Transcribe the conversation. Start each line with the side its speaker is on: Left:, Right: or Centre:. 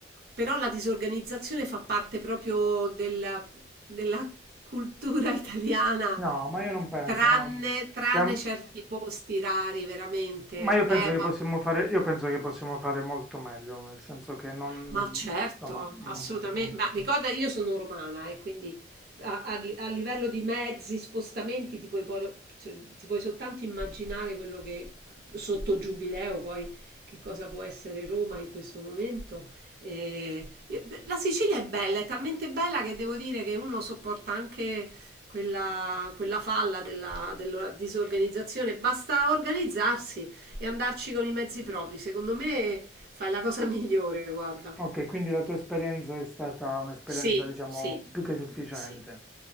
Right: però, la disorganizzazione fa parte proprio della, della cultura italiana,
Centre: No, ma io non penso,
Right: tranne,
Centre: no.
Right: tranne
Centre: Siamo...
Right: certi posti rari, veramente.
Centre: Ma io penso
Right: Eh,
Centre: che
Right: ma
Centre: possiamo fare, io penso che possiamo fare molto meglio, nel senso che non,
Right: Ma certo,
Centre: insomma, mm,
Right: assolutamente. Ma ricorda, io sono romana e quindi a, a- a livello di mezzi, spostamenti, ti puoi, por- cioè, ti puoi soltanto immaginare quello che sotto Giubileo poi che cosa può essere Roma in questo momento. E- e- la Sicilia è bella, è talmente bella che devo dire che uno sopporta anche quella, quella falla della, della disorganizzazione. Basta organizzarsi e andarci con i mezzi propri. Secondo me fai la cosa <laughs> migliore, guarda.
Centre: Ok, quindi la tua esperienza è stata un'esperienza,
Right: Sì,
Centre: diciamo,
Right: sì,
Centre: più che sufficiente.
Right: sì.